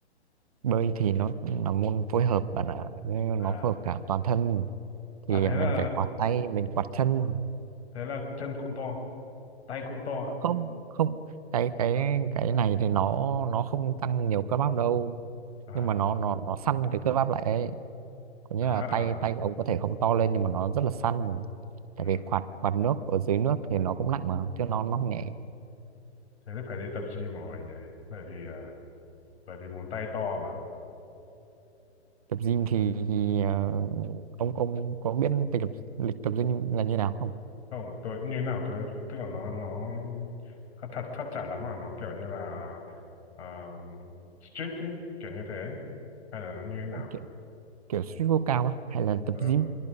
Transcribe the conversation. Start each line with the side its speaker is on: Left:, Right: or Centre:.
Right: bơi thì nó là môn phối hợp bạn ạ Nên
Left: À,
Right: nó phối hợp cả toàn thân
Left: à
Right: thì
Left: thế
Right: mình
Left: là
Right: phải quạt tay mình quạt chân
Left: thế là chân cũng to, tay cũng to.
Right: Ờ, không không cái cái cái này thì nó nó không tăng nhiều cơ bắp đâu
Left: À
Right: nhưng mà nó nó nó săn cái cơ bắp lại ấy. có nghĩa
Left: à,
Right: là tay tay của ông có thể không to lên nhưng mà nó rất là săn
Left: ừ.
Right: tại vì quạt quạt nước ở dưới nước thì nó cũng nặng mà chứ nó nó không nhẹ
Left: Thế thì phải đi tập gym rồi nhỉ. Bởi vì à, bởi vì muốn tay to
Right: tập gym thì, thì ờ, ông ông có biết lịch tập lịch tập gym là như nào không
Left: không tôi như nào tôi tức là nó nó à, thật thật thắt chặt lắm mà nó kiểu như là uh, strict ấy, kiểu như thế hay là nó như thế
Right: Ông
Left: nào
Right: kiểu, kiểu street workout á, hay là tập
Left: ờ
Right: gym